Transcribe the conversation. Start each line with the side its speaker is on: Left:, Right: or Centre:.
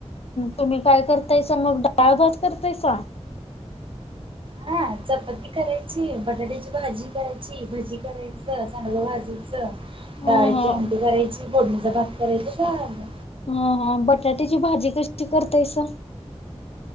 Left: तुम्ही काय करतायस मग डाळ भात करतायसा.
Right: हा चपाती करायची, बटाट्याची भाजी करायची, भजी करायचं, सांडग भाजीचं
Left: अं
Right: डाळीची
Left: हं
Right: आमटी करायची, फोडणीचा भात करायच, झालं.
Left: ह हा बटाट्याची भाजी कशी करतायस?